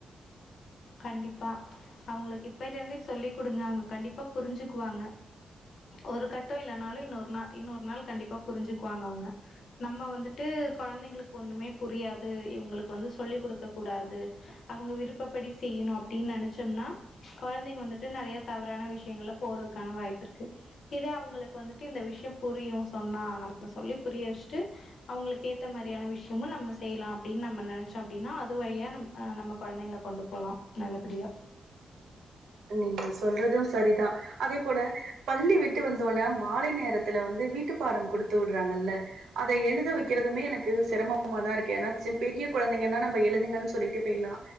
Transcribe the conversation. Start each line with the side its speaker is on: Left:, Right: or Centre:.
Left: கண்டிப்பா அவங்களுக்கு இப்பைல இருந்தே சொல்லிக் கொடுங்க அவங்க கண்டிப்பா புரிஞ்சுக்குவாங்க ஒரு கட்டொ இல்லனாலு இன்னொரு நாள் இன்னொரு நாள் கண்டிப்பா புரிஞ்சுக்குவாங்க அவங்க நம்ம வந்துட்டு கொழந்தைங்களுக்கு ஒண்ணமே புரியாது இவங்களுக்கு வந்து சொல்லிக் கொடுக்கக் கூடாது அவங்க விருப்பப்படிச் செய்யணு அப்டின்னு நெனைச்சோம்னா கொழந்தைங்க வந்துட்டு நெறைய தவறான விஷயங்கள்ல போறதுக்கான வாய்ப்பு இருக்கு இதே அவங்களுக்கு வந்துட்டு இந்த விஷய புரியு சொன்னா நம்ம சொல்லி புரிய வச்சுட்டு அவங்களுக்கு ஏத்த மாரியான விஷயமு நம்ம செய்லா அப்டின்னு நம்ம நெனச்சோ அப்டின்னா அது வழியா நம் அஹ் நம்ம கொழந்தைங்கள கொண்டு போலா நல்லபடியா
Right: நீங்க சொல்றது சரிதா அதே போல பள்ளி விட்டு வந்தவோனே மாலை நேரத்துல வந்து வீட்டு பாடம் குடுத்து விடுறாங்கல்ல அத எழுத வைக்கிறதுமே எனக்கு சிரமமாதா இருக்கு ஏன்னா சி பெரிய கொழந்தைங்கன்னா நம்ம எழுதுங்கன்னு சொல்லிட்டு போய்லா